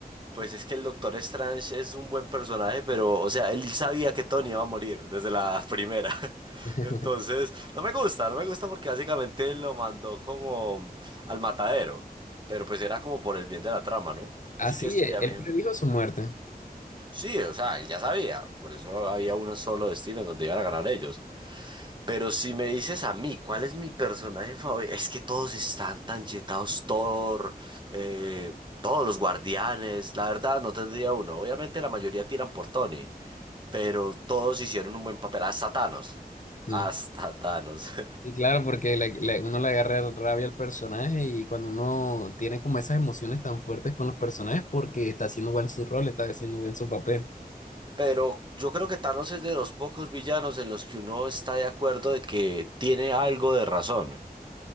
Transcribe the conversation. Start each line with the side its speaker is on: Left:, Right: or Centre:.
Right: Pues es que el Doctor Strange es un buen personaje, pero, o sea, él sabía que Tony iba a morir desde la primera. <laughs>
Left: <laughs>
Right: Entonces, no me gusta, no me gusta porque básicamente lo mandó como al matadero. Pero pues era como por el bien de la trama, ¿no? Así
Left: Así,
Right: que sí,
Left: eh,
Right: a
Left: él
Right: mí,
Left: predijo su muerte.
Right: sí, o sea, él ya sabía. Por eso había un solo destino en donde iban a ganar ellos. Pero si me dices a mí, ¿cuál es mi personaje favorito? Es que todos están tan yetados, Thor, eh, todos los guardianes. La verdad, no tendría uno. Obviamente la mayoría tiran por Tony, pero todos hicieron un buen papel. Hasta Thanos.
Left: Mm.
Right: Hasta Thanos. <laughs>
Left: Y claro, porque le- le- uno le agarra rabia al personaje y cuando uno tiene como esas emociones tan fuertes con los personajes porque está haciendo bien su rol, está haciendo bien su papel,
Right: Pero yo creo que Thanos es de los pocos villanos en los que uno está de acuerdo de que tiene algo de razón.